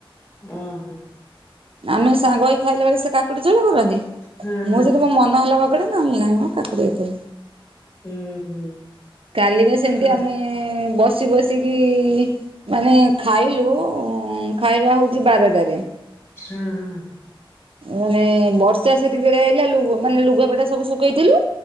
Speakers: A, on the left (about 25°); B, on the right (about 75°).
A: ଅ ହଁ।
B: ଆମେ ସାଙ୍ଗ ହେଇ ଖାଇଲା ବଳେ ସେ କାକୁଡ଼ି ଚୋବେଇ ପକାନ୍ତି
A: ହଁ ହଁ
B: ମୁଁ ଯଦି ମୋ ମନ ହେଲା ବ ଗୋଟେ ନେଏଲେ ନହିଁ ମୁଁ କାକୁଡ଼ି ଏତେ।
A: ହୁଁ ହୁଁ।
B: କାଲିିବା ସେମିତି
A: ଆ
B: ଆମେ ବସି ବସିକି। ମାନେ ଖାଇଲୁ ଖାଇବା ହଉ ଜି ବାରଟାରେ
A: ହଁ ହଁ
B: ମାନେ ବର୍ ର୍ଷା ସେତିକି ବେଳେ ଆଇଲା ଲୁ ମାନେ ଲୁଗାପଟା ସବୁ ଶୁଖେଇଥିଲୁ